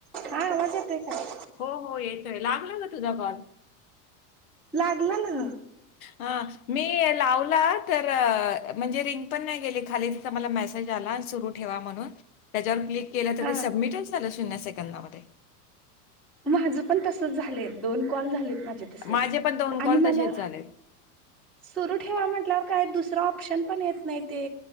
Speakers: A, in the centre; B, on the left.
A: हा आवाज येतोय काय
B: हो हो येतोय लागला ग तुला कॉल
A: लागला ना
B: हा मी लावला तर म्हणजे रिंग पण नाही गेली खाली तिथ मला मेसेज आला सुरू ठेवा म्हणून त्याच्यावर क्लिक केलं तर
A: हा
B: ते सबमिटच झालं शून्य सेकंदामध्ये
A: माझं पण तसच झाले दोन कॉल झाले माझ तस
B: माझे पण
A: आणि
B: कॉल
A: मला
B: तसेच झाले.
A: सुर ठेवा म्हटल्यावर काय दुसरा ऑप्शन पण येत नाही ते